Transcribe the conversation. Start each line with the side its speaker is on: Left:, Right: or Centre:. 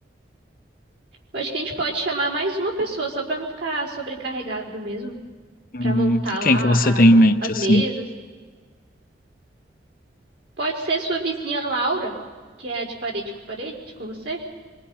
Right: Eu acho que a gente pode chamar mais uma pessoa, só pra não ficar sobrecarregado mesmo,
Left: Hum,
Right: Pra montar lá
Left: quem que você tem em mente,
Right: a- as
Left: assim?
Right: mesas. Pode ser sua vizinha Laura, que é a de parede com parede com você.